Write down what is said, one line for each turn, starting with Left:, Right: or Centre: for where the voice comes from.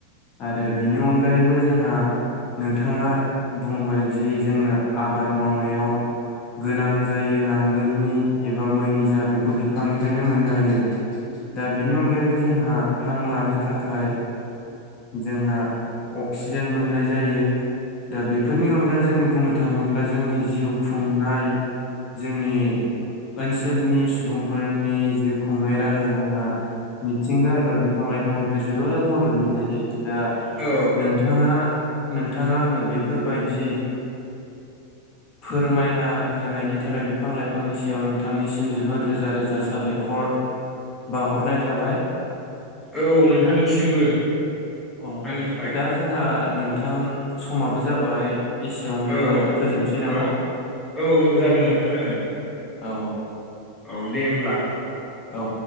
Left: आरो बिनि अनगायैबो जोंहा नोंथाङा बुंबायजि जोंनो आबाद। मावनायाव गोनां जायो नांगोलनि एबा मैनि जाहा बेखौ बिफांनिफायनो मोननो हायो दा बिनि अनगायैबो जों। हा हांलानो थाखाय। जोंहा अक्सिजेन मोननाय जायो दा बेफोरनि अनगा जोङो बुंनो थाङोब्ला जोंनि जिउ खुंनाय जोंनि ओनसोलनि सुबुंफोरनि जिउ खुंनाय राहायाव जोंहा मिथिंगा एबा बिफां लाइफांनिफाय जोबोर मदद मोननाय उम। दा
Centre: औ
Left: नोंथाङा नों नोंथाङा आंनो बेफोरबायदि फोरमायना होनायनि थाखाय बिफां लाइफांनि सायाव नोंथांनिसिम जोबोद रोजा रोजा साबायखर बावहरनाय थाबाय
Centre: औ नोंथांनिसिमबो।
Left: औ
Centre: आंनिफ्राय
Left: दा जोंहा नोंथां समाबो जाबाय एसेयावनो
Centre: औ
Left: फोजोबसै नामा
Centre: औ औ औ जागोन नोंथां जागोन
Left: औ
Centre: औ दे होमब्ला
Left: औ